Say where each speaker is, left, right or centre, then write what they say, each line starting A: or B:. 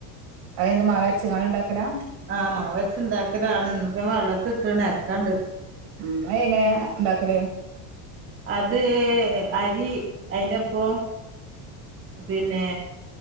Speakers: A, on the right (about 70°); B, on the right (about 30°).
A: അതെന്ത മാവര്ച്ച് കാണ്ട് ഉണ്ടാക്കലാ
B: ആഹ് മാവര്ച്ച് ഇണ്ടാക്കലാണ് ഇന്നിപ്പം വള്ളത്ത് ഇട്ട്ണ് അരക്കാണ്ട്
A: ഉം അ എങ്ങനെയാ ഉണ്ടാക്കല്
B: അത് അരി അയ്ന്റെപ്പൊ പിന്നേ